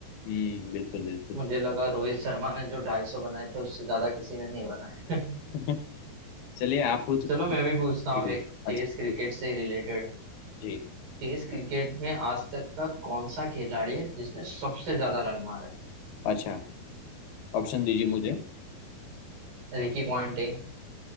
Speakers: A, on the left; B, on the right.
A: हम्म बिल्कुल बिल्कुल
B: मुझे लगा रोहित शर्मा ने जो ढाई सौ बनाए थे उससे ज्यादा किसी ने नहीं बनाए <laughs>
A: <laughs> चलिए आप पूछ
B: चलो मैं भी पूछता
A: जी,
B: हूँ एक टेस्ट
A: अच्छा
B: क्रिकेट
A: पूछ-
B: से रिलेटेड
A: जी
B: टेस्ट क्रिकेट में आज तक का कौन सा खिलाड़ी है जिसने सबसे ज्यादा रन मारे
A: अच्छा ऑप्शन दीजिए मुझे
B: Ricky Ponting